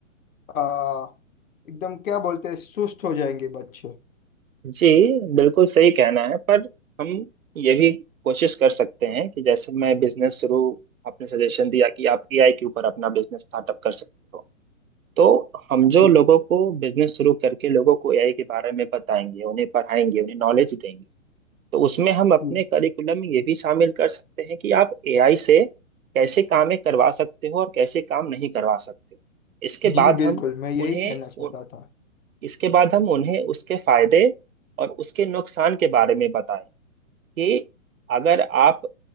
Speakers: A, on the left; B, on the right.
A: आ, एकदम क्या बोलते हैं सुस्त हो जाएंगे बच्चे
B: जी बिल्कुल सही कहना है पर हम ये भी कोशिश कर सकते हैं कि जैसे मैं बिजनेस शुरू आपने सजेशन दिया कि आप एआई के ऊपर अपना बिजनेस स्टार्टअप कर सकते हो तो हम जो
A: जी
B: लोगों को बिजनेस शुरू करके लोगों को एआई के बारे में बताएंगे उन्हें पढ़ाएंगे उन्हें नॉलेज देंगे तो उसमें हम अपने
A: जी
B: करिकुलम में ये भी शामिल कर सकते हैं कि आप एआई से कैसे कामें करवा सकते हो और कैसे काम नहीं करवा सकते इसके बाद
A: जी बिल्कुल
B: हम
A: मैं यही
B: उन्हें
A: कहना चाहता
B: उ-
A: था
B: इसके बाद हम उन्हें उसके फायदे और उसके नुकसान के बारे में बताएं कि अगर आप